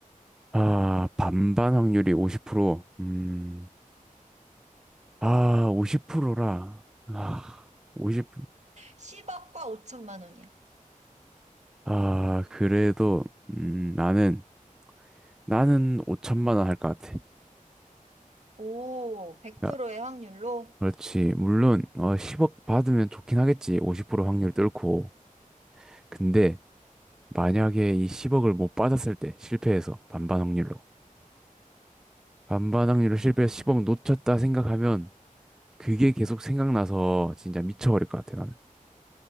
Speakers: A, in the centre; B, on the right.
A: 아, 반반 확률이 50%. 음, 아, 50%라. 아, 50.
B: 10억과 5천만 원이야.
A: 아, 그래도 음, 나는 나는 5천만 원 할 것 같아.
B: 오, 100%의
A: 그러니까
B: 확률로
A: 그렇지. 물론 어, 10억 받으면 좋긴 하겠지. 50% 확률 뚫고. 근데 만약에 이 10억을 못 받았을 때 실패해서 반반 확률로 반반 확률로
B: 음.
A: 실패해서 10억 놓쳤다 생각하면 그게 계속 생각나서 진짜 미쳐버릴 것 같아 나는.